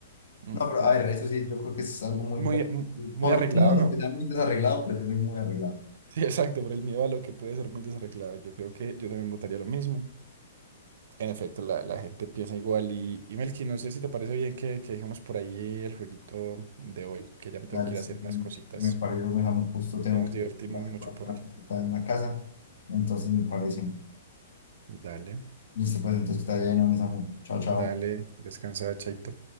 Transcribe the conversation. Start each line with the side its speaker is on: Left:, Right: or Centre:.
Right: Mm,
Left: No, pero
Right: no
Left: a ver,
Right: lo
Left: eso
Right: sé.
Left: sí, yo creo que es algo muy.
Right: Muy, muy
Left: Por
Right: arreglado,
Left: miedo a lo
Right: ¿no?
Left: que sea muy
Right: <laughs>
Left: desarreglado, prefiero ir muy arreglado.
Right: Sí, exacto, por el miedo a lo que puede ser muy desarreglado. Yo creo que yo también votaría lo mismo. En efecto, la, la gente piensa igual. Y, y Melqui, no sé si te parece bien que, que dejemos por ahí el jueguito de hoy, que ya me tengo
Left: Dale,
Right: que
Left: sí,
Right: ir a hacer
Left: sí,
Right: unas cositas.
Left: me parece, me llamo justo, tengo
Right: Ya nos
Left: que
Right: divertimos
Left: ir a hacer
Right: mucho
Left: para
Right: por
Left: para-
Right: hoy.
Left: para en la casa. Entonces me parece.
Right: Dale,
Left: Listo, pues entonces está bien, me llamo. Chao, chao.
Right: dale, descansa, chaito.